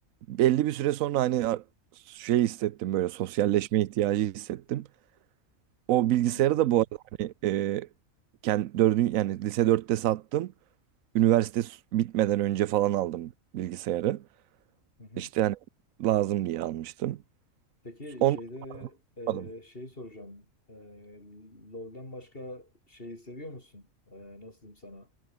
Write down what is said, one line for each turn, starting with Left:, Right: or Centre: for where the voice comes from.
Right: belli bir süre sonra hani a- şey hissettim böyle sosyalleşme ihtiyacı hissettim. O bilgisayarı
Left: Anladım.
Right: da bu arada hani kendi dördün yani lise dörtte sattım. Üniversite s- bitmeden önce falan aldım bilgisayarı.
Left: Hı hı.
Right: İşte hani lazım diye almıştım.
Left: Peki
Right: Onu
Left: şeyde ee,
Right: aldım.
Left: şeyi soracağım. Ee, LoL'den başka şeyi seviyor musun? Ee, nasıl diyeyim sana?